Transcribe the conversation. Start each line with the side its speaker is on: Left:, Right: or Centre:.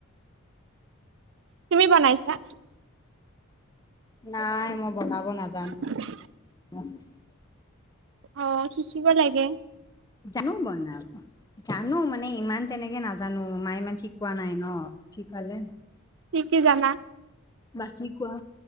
Right: তুমি বনাইছা?
Left: নাই, মই বনাব নাজান
Right: <inaudible>
Left: <inaudible>
Right: অ', শিকিব লাগে
Left: জানো বনাব, জানো মানে ইমান তেনেকে নাজ জানো, মায়ে ইমান শিকোৱা নাই ন, শিকালে
Right: কি কি জানা?
Left: বাকী কোৱা,